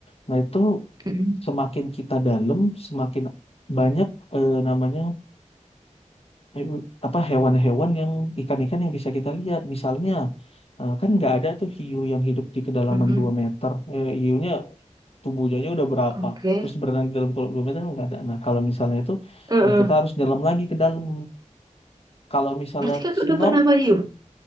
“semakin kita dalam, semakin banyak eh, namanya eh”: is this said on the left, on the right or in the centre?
Left